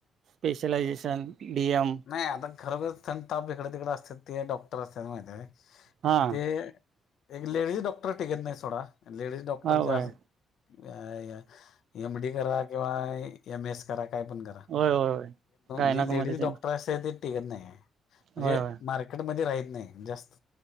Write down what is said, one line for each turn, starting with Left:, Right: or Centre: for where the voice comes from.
Right: स्पेशलैजेशन डीिएम.
Left: नाही आता खरोखर थंड ताप इकडे तिकडे असतेत ते डॉक्टर अस - माहिती
Right: हा
Left: ते. एक लेडीज डॉक्टर टिकत नाही सोडा, आणि लेडीज डॉक्टर
Right: हा होय
Left: जे अस - य य एम डी करा किंवा एम एस करा काय पण करा
Right: होय होय होय. गायनाक
Left: जी लेडीज
Right: मध्ये तेन
Left: डॉक्टर - <unintelligible> टिकत नाही म्हणजे
Right: होय होय
Left: मार्केट मध्ये राहीत नाही जास्त